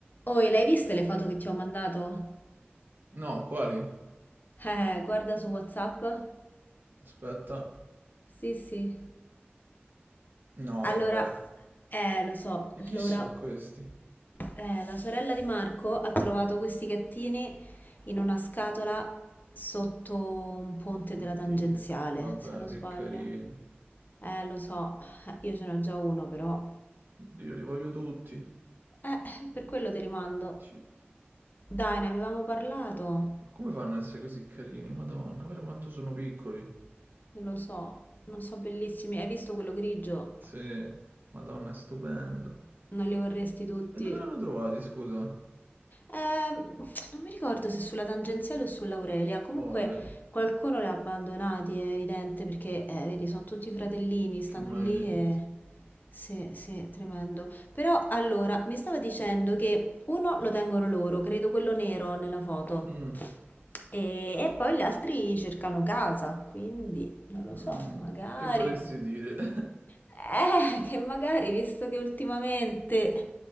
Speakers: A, on the left; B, on the right.
A: Oh, e l'hai viste le foto che ti ho mandato?
B: No, quali?
A: Eh, guarda su WhatsApp. <laughs>
B: Aspetta.
A: Sì, sì.
B: No,
A: Allora,
B: vabbè.
A: eh, lo so,
B: E chi
A: allora,
B: sono questi?
A: eh, la sorella di Marco ha trovato questi gattini in una scatola sotto un ponte
B: Oddio,
A: della tangenziale,
B: vabbè,
A: se non
B: che
A: sbaglio.
B: carini.
A: Eh, lo so, eh, io ce n'ho già uno però.
B: Oddio, li voglio tutti.
A: Eh, per quello te li mando.
B: Sì.
A: Dai, ne avevamo parlato.
B: Ma come fanno a essere così carini? Madonna, guarda quanto sono piccoli.
A: Non lo so, non so, bellissimi. Hai visto quello grigio?
B: Sì, Madonna, è stupendo.
A: Non li vorresti tutti?
B: E dove l'hanno trovati, scusa?
A: Ehm, non mi ricordo se sulla tangenziale o sull'Aurelia. Comunque
B: Poveri,
A: qualcuno li ha abbandonati, è evidente, perché eh, vedi, sono tutti fratellini, stanno
B: che maledetti.
A: lì e... Sì, sì, tremendo. Però allora, mi stava dicendo che uno lo tengono loro, credo quello nero nella foto,
B: Mm,
A: e, e poi gli altri cercano casa, quindi non lo
B: mm,
A: so, magari...
B: che vorresti dire? <laughs>
A: Eh, che magari, visto che ultimamente